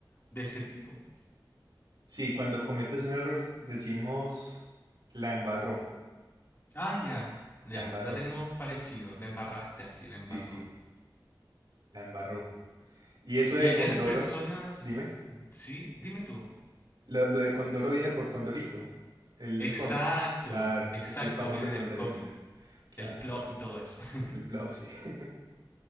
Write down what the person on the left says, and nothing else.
de ese tipo?
Ah, ya. Ya,
la tenemos parecido. La embarraste así, la embarró.
Y
allá
las personas...
Sí, dime tú.
Exacto,
exacto,
viene del
cómic.
El plop
y todo eso. <laughs>